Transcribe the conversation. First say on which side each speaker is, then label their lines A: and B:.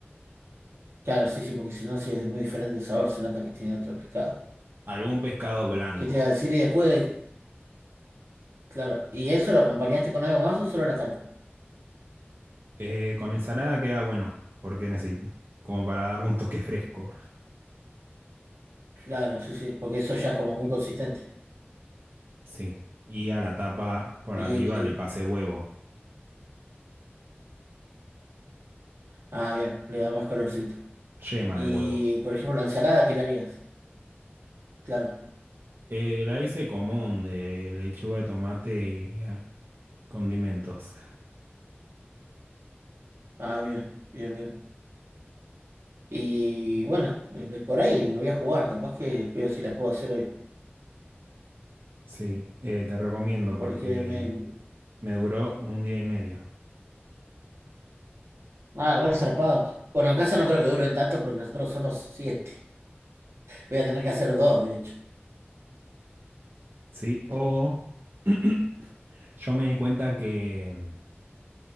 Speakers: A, on the right; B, on the right.
A: claro, sí, sí, porque si no, si es muy diferente el sabor, se nota que tiene otro pescado.
B: Algún pescado blanco.
A: ¿Qué te iba a decir? Y después, claro, ¿y eso lo acompañaste con algo más o solo la tarta?
B: Eh, con ensalada queda bueno, porque necesito, como para darle un toque fresco.
A: Claro, sí, sí, porque eso ya es como muy consistente.
B: Sí, y a la tapa por
A: y
B: arriba le pasé huevo,
A: Ah, bien, le da más colorcito.
B: yema
A: Y,
B: de huevo.
A: por ejemplo, la ensalada, ¿qué le harías? Claro.
B: Eh, la hice común de lechuga de tomate y eh, condimentos.
A: Ah, bien, bien, bien. Y bueno, eh, por ahí me voy a jugar, capaz que veo si la puedo hacer hoy.
B: Sí, eh, te recomiendo porque
A: Porque me...
B: me duró un día y medio.
A: Ah, re zarpado. Bueno, en casa no creo que duren tanto porque nosotros somos siete. Voy a tener que hacer dos, de hecho.
B: Sí, o <clears throat> yo me di cuenta que mm,